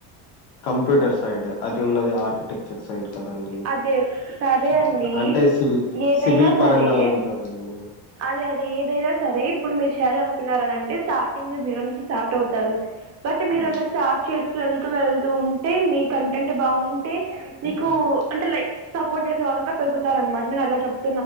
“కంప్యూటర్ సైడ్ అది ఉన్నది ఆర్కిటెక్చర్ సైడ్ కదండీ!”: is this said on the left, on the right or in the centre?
Left